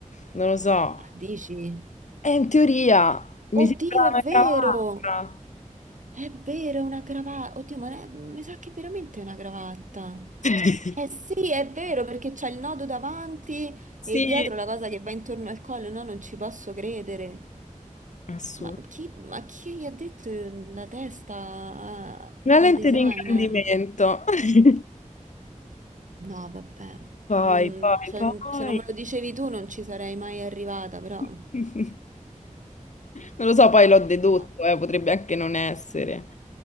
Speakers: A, on the left; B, on the right.
A: non lo so.
B: Ah, dici?
A: Eh, in teoria mi
B: Oddio,
A: sembra
B: è
A: una
B: vero!
A: cravatta.
B: È vero, è una cravatta. Oddio, ma è- mi sa che veramente è una cravatta.
A: <laughs>
B: Eh sì, è vero, perché c'è il nodo davanti
A: Sì,
B: e dietro la cosa che va intorno al collo. No, non ci posso credere.
A: assurdo.
B: Ma chi, ma chi gli ha detto la testa a-
A: Una
B: al
A: lente
B: designer?
A: di ingrandimento. <laughs>
B: No, vabbè.
A: Poi,
B: Non-
A: poi,
B: cioè,
A: poi...
B: se non me lo dicevi tu non ci sarei mai arrivata, però...
A: <laughs> Non lo so, poi l'ho dedotto,
B: Ma,
A: eh, potrebbe anche non essere.